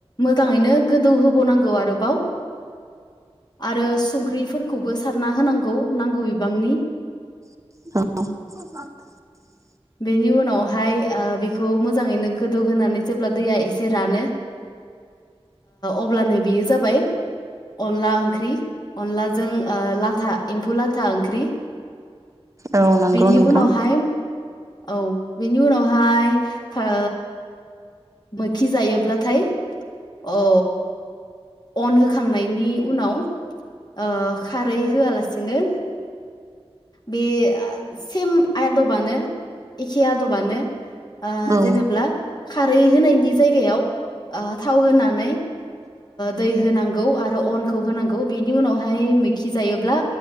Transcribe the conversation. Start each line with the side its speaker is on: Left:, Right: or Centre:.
Left: मोजाङैनो गोदौहोब बाव नांगौ आरोबाव आरो संख्रिफोरखौबो सारना होनांगौ नांगौ बिबांनि
Right: <inaudible>
Left: बेनि उनावहाय बेखौ मोजाङैनो गोदौहोनानै जेब्ला दैया एसे रानो अब्लानो बियो जाबाय अनला ओंख्रि अनलाजों ओ लाथा एम्फौ लाथा ओंख्रि।
Right: औ नंगौ
Left: बेनि
Right: नोंथां
Left: उनावहाय औ बेनि उनावहाय फो मोखि जायोब्लाथाय अ अन होखांनायनि उनाव ओ खारै होआलासिनो बे सेम आदबानो एखे आदबानो
Right: औ
Left: जेनेब्ला खारै होनायनि जायगायाव थाव होनानै दै होनांगौ आरो अनखौ होनांगौ बेनि उनावहाय मैखि जायोब्ला